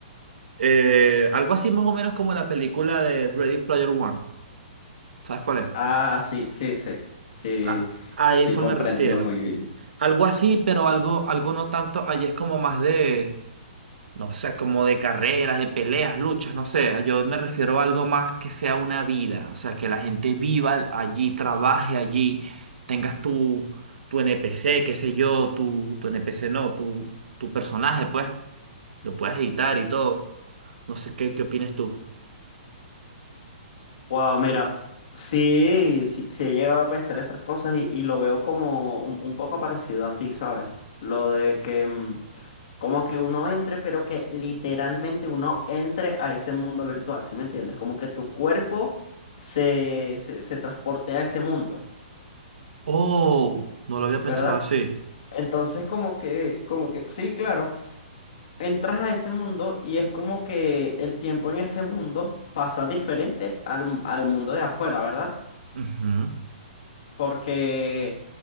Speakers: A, on the right (about 80°); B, on the left (about 45°).
A: Eh, algo así más o menos como la película de Ready Player One. ¿Sabes cuál es?
B: Ah, sí, sí, sí. Sí,
A: A, a eso
B: sí, comprendo
A: me refiero.
B: muy bien.
A: Algo así, pero algo, algo no tanto. Allí es como más de, no sé, como de carreras, de peleas, luchas, no sé. Yo me refiero a algo más que sea una vida. O sea, que la gente viva allí, trabaje allí, tengas tu, tu NPC, qué sé yo, tu, tu NPC no, tu, tu personaje, pues. Lo puedes editar y todo. No sé, ¿qué, qué opinas tú?
B: Wow, mira, sí, sí, sí he llegado a pensar esas cosas y, y lo veo como un, un poco parecido a ti, ¿sabes? Lo de que mm, como que uno entre, pero que literalmente uno entre a ese mundo virtual, ¿sí me entiendes? Como que tu cuerpo se, se, se transporte a ese mundo,
A: Oh, no lo había
B: ¿verdad?
A: pensado así.
B: Entonces como que, como que, sí, claro, entras a ese mundo y es como que el tiempo en ese mundo pasa diferente al, mu- al mundo de afuera, ¿verdad?
A: Ujú.
B: Porque